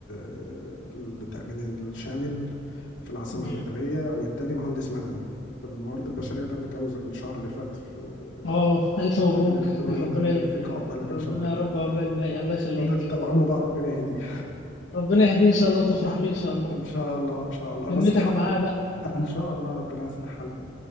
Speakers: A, on the left; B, on the left.
A: آه، التأمين الشامل في العاصمة
B: مم.
A: الإدارية والتاني مهندس مدني الموارد البشرية ده اللي اتجوز الشهر اللي فات في آه،
B: اه الف مبروك
A: الرحل الإلكتروني
B: <laughs>
A: الله
B: ربنا
A: يبارك فيك عقبالك إن
B: ربنا
A: شاء الله
B: يا رب عقبال باقي الله يخليك
A: فاضل توأمه بقى ربنا يهديه
B: ربنا يهديه ان شاء الله وتفرح بيه ان شاء
A: <laughs>
B: الله
A: إن شاء الله إن شاء الله بس
B: همتك
A: الحمد
B: معاه بقى
A: لله إن شاء الله ربنا يصلح حاله